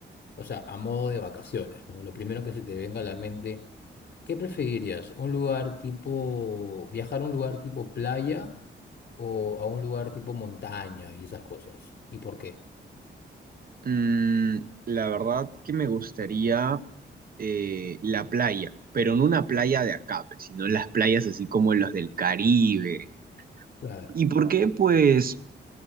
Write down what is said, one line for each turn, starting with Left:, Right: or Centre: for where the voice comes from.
Left: o sea, a modo de vacaciones, ¿no? Lo primero que se te venga a la mente, ¿qué preferirías? ¿Un lugar tipo, viajar a un lugar tipo playa o a un lugar tipo montaña y esas cosas? ¿Y por qué?
Right: Mm, la verdad que me gustaría eh, la playa, pero no una playa de acá, pues, sino las playas así como las del Caribe.
Left: Claro.
Right: ¿Y por qué? Pues